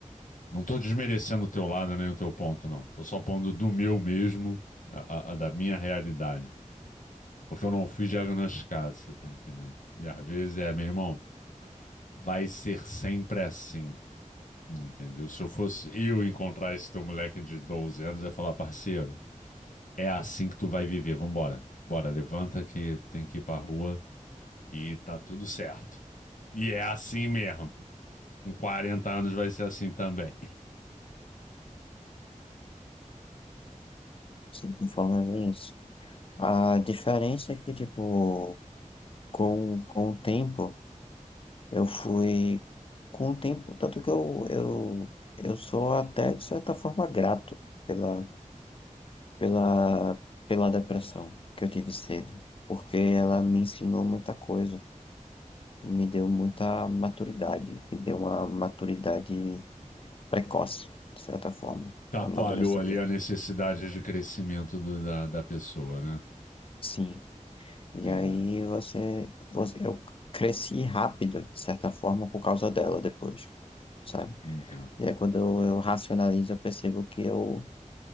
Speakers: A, on the left; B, on the left.
A: Não tô desmerecendo o teu lado nem o teu ponto, não. Tô só pondo do meu mesmo, a, a- a da minha realidade. Porque eu não fui diagnosticado, você tá entendendo? E às vezes é, meu irmão, vai ser sempre assim, entendeu? Se eu fosse eu encontrar esse teu moleque de 12 anos, eu ia falar, parceiro, é assim que tu vai viver, vambora. Bora, levanta que tem que ir pra rua e tá tudo certo. E é assim mesmo. com 40 anos vai ser assim também.
B: sempre conforme é isso. A diferença é que, tipo, com, com o tempo, eu fui. Com o tempo, tanto que eu, eu, eu sou até, de certa forma, grato pela, pela, pela depressão que eu tive cedo, porque ela me ensinou muita coisa, me deu muita maturidade, me deu uma maturidade precoce, de certa forma.
A: Chacoalhou
B: Amadureci
A: ali a necessidade de crescimento do- da, da pessoa, né?
B: Sim. E
A: Entendi.
B: aí você, você, eu cresci rápido, de certa forma, por causa dela depois, sabe?
A: Então,
B: E aí quando eu, eu racionalizo, eu percebo que eu,